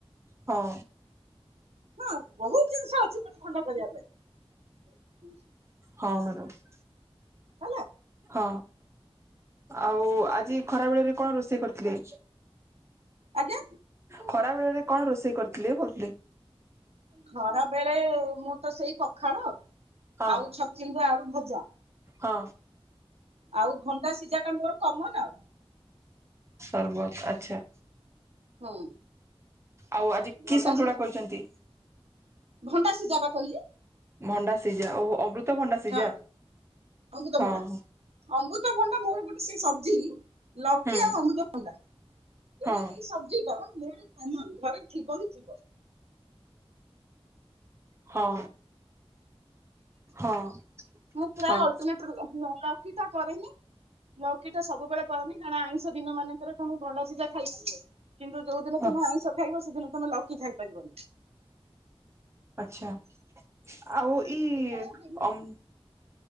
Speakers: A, on the right; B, on the right.
A: ହଁ।
B: ହଁ ବହୁତ ଜିନିଷ ଅଛି ପେଟ ଥଣ୍ଡା କରିବା ପାଇଁ। <unintelligible>
A: ହଁ ମ୍ୟାଡ଼ାମ।
B: ହେଲା।
A: ହଁ। ଆଉ ଆଜି ଖରା ବେଳରେ କଣ ରୋଷେ ରୋଷେଇ କରିଥିଲି।
B: ଆଜ୍ଞା
A: ଖରା ବେଳରେ କଣ ରୋଷେଇ କରିଥିଲେ କୋଉଥିଲି?
B: ଖରାବେଳେ ମୁଁ ତ ସେଇ ପଖାଳ।
A: ହଁ
B: ଆଉ ଛଚିନ୍ଦ୍ର ଆଳୁ ଭଜା
A: ହଁ।
B: ଆଉ ଭଣ୍ଡା ସିଝାଟା ମୋର କମନ ଆଉ।
A: ତରଭୁଜ <unintelligible> ଆଚ୍ଛା।
B: ହୁଁ।
A: ଆଉ ଆଜି
B: ଭଣ୍ଡା
A: କି ସନ୍ତୁଳା
B: ସିଝା
A: କ‌ରିଚନ୍ତି?
B: ଭଣ୍ଡା ସିଝା ପା କହିଲି।
A: ମଣ୍ଡା ସିଜା ଓହୋ ଅମୃ ତଭଣ୍ଡା ସିଜା
B: ହଁ ଅମୃତଭଣ୍ଡା।
A: ହଁ ହଁ।
B: ଅମୃତଭଣ୍ଡା ମୋର ଗୋଟେ ସେଇ ସବଜି ଲୌକି
A: ହୁଁ
B: ଆଉ ଅମୃତ ଭଣ୍ଡା।
A: ହଁ
B: ଏଇ ଏଇ ସବଜି ର ମୋର କମନ ଘରେ ଥିବ ହିଁ ଥିବ।
A: ହଁ। ହଁ
B: ମୁଁ ପୁରା
A: ହଁ
B: <unintelligible> ପିତା କରେନି। ଲୌକି ଟା ସବୁବେଳେ କରନି। ଆଇଁଷ ଦିନ ମାନଙ୍କରେ କଣ ଭଣ୍ଡା ସିଝା ଖାଇ ପାରିବେ। କିନ୍ତୁ ଯୋଉ ଦିନ
A: ହୁଁ
B: ତମେ ଆଇଁଷ ଖାଇବ ସେଦିନ ତମେ ଲୌକି ଖାଇପାରିବ।
A: ଆଚ୍ଛା। ଆଉ
B: କାହିଁକି
A: ଇଏ
B: ତାର ଯେମିତି
A: ଅମ୍